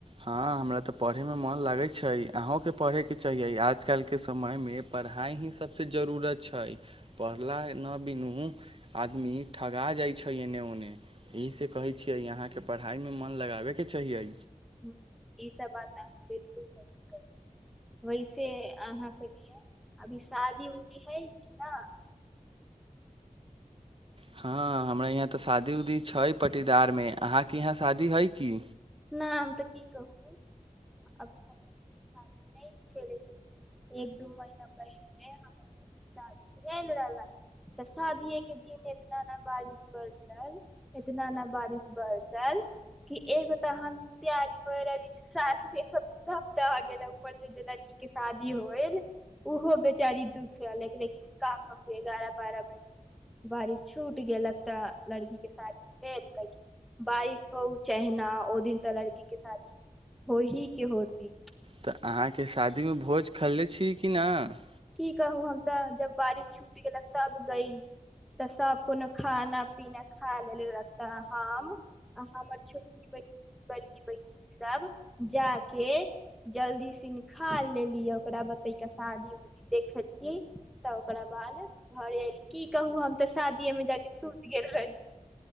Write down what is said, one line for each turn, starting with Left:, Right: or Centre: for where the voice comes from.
Right: हँ हमरा तऽ पढ़ैमे मन लागै छै। अहूँके पढ़ैके चाहिय‌ए आजकल के समय मे पढ़ाइ ही सबसे जरूरत छै। पढ़ला नहि बिनू आदमी ठगा जाइ छै। एने ओने एहिसे कहै छियै अहाँके पढ़ाइ मे मन लगाबे के चाहियए
Centre: ह ई तऽ बात अहांँ बिलकुल सही कैली वैसे अहाँके ओने अभी शादी उदी हइ कि न
Right: हँ हमरा यहाँ तऽ शादी उदी छै। पटीदार मे अहाँके यहाँ शादी हइ की
Centre: नहि हम तऽ की कहू अभी हमरा शादी नहि छैे लेकिन एक दू महीना पहिले हमर शादी भेल रहलन तऽ शादीेये के दिन इतना ने बारिश बरसल इतना ने बारिश बरसल कि एगो तऽ हम तैयारी होइ रहली से सारा मेकप सब दह गेल ऊपर से जे लड़की के शादी होयल ओहो बेचारी दुख रहलक लेकिन का कहु एगारह बारह बजे बारिश छूट गेलक तऽ लड़की के शादी भेल कैकि बारिश होउ चाहेना। ओ दिन तऽ लड़की के शादी हो ही के होती
Right: तऽ अहाँके शादीमे भोज खेलै छी कि नहि
Centre: की कहू हम तऽ जब बारिश छुट गेलक तब गयली तऽ सब कोनो खाना पीना खा लेलक तऽ हम आ हमर छोटकी ब बड़की बहिन सब जाके जल्दी सिन खा लेली ओकरा बाद तैका शादी उदी देखलीयै तऽ ओकरा बाद घरे एयली की कहू हम तऽ शादीये मे जाके सुति गेल रहली